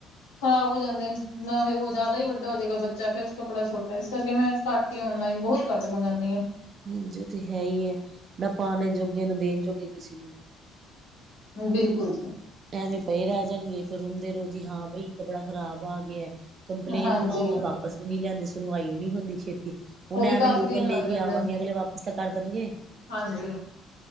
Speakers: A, on the left; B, on the right.
A: ਖ਼ਰਾਬ ਹੋ ਜਾਂਦੇ ਨੇ ਨਾ ਫਿਰ ਉਹ ਜ਼ਿਆਦਾ ਹੀ ਵੱਡਾ ਹੋ ਜਾਵੇਗਾ ਬੱਚਾ ਫੇਿਰ ਕੱਪੜਾ ਛੋਟਾ ਇਸ ਕਰਕੇ ਮੈਂ ਘੱਟ ਔਨਲਾਈਨ ਬਹੁਤ ਘੱਟ ਮੰਗਉਣੀ ਆ
B: ਹਾਂਜੀ ਉਹ ਤੇ ਹੈ ਹੀ ਹੈ ਨਾ ਪਾਣੇ ਜੋਗੇ ਨਾ ਦੇਣ ਜੋਗੇ ਕਿਸੇ ਨੂੰ
A: ਬਿਲਕੁਲ ਜੀ
B: ਐਵੇਂ ਪਏ ਰਹਿ ਜਾਣਗੇ ਫੇਰ ਹਦੇ ਰੋ ਜੀ ਹਾਂ ਬਈ ਕੱਪੜਾ ਖ਼ਰਾਬ ਆ ਗਿਆ ਕੰਪਲੇਂਨ
A: ਹਾਂਜੀ
B: ਪਾਓ ਵਾਪਿਸ ਵੀ ਨਹੀਂ ਲੈਂਦੀ ਸੁਣਵਾਈ ਨੀ ਹੁੰਦੀ ਛੇਤੀ
A: ਉਹ
B: ਹੁਣ
A: ਵੀ
B: ਐਵੇਂ
A: ਕਾਫੀ
B: ਲੋਕਲ
A: ਦਿਨ ਲੱਗ
B: ਲੈ ਕੇ
A: ਜਾਂਦੇ
B: ਆਵਾਂਗੇ
A: ਨੇ
B: ਅਗਲੇ ਵਾਪਿਸ ਤਾਂ ਕਰ ਦੇਣਗੇ
A: ਹਾਂਜੀ